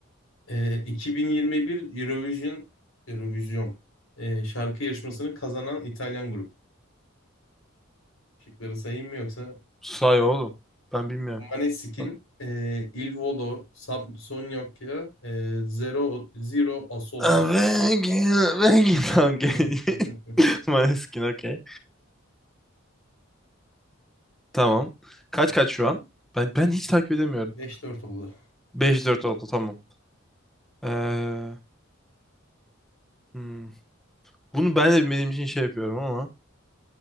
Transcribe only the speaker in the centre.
Say oğlum. Ben bilmiyorum.
Bak.
Begin, begin.
Tamam, gel.
<laughs> Maneskin, okey. Tamam. Kaç kaç şu an? Ben ben hiç takip edemiyorum.
Beş dört oldu, tamam. Ee, hmm. Bunu ben de bilmediğim için şey yapıyorum ama.